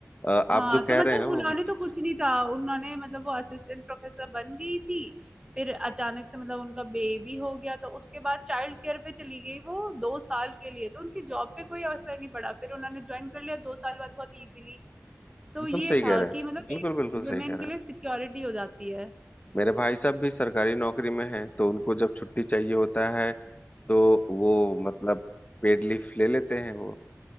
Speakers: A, on the left; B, on the right.
A: अ,
B: हाँ
A: आप जो
B: तो
A: कह
B: मतलब
A: रहे हैं वो
B: उन्होंने
A: भी ठीक
B: तो कुछ
A: ही
B: नहीं
A: है
B: था उन्होंने मतलब वो असिस्टेंट प्रोफेसर बन गई थी फिर अचानक से मतलब उनका बेबी हो गया तो उसके बाद चाइल्ड केयर पे चली गई वो दो साल के लिए तो उनकी जॉब पे कोई असर नहीं पड़ा फिर उन्होंने ज्वाइन कर लिया दो साल बाद बहुत इजीली तो
A: एकदम
B: ये
A: सही
B: था
A: कह रहे हैं
B: कि मतलब एक
A: बिल्कुल बिल्कुल
B: वुमेन
A: सही कह रहे
B: के
A: हैं
B: लिए सिक्योरिटी हो जाती है
A: मेरे भाई साहब भी सरकारी नौकरी में हैं तो उनको जब छुट्टी चाहिए होता है तो वो मतलब पेड लीफ ले लेते हैं वो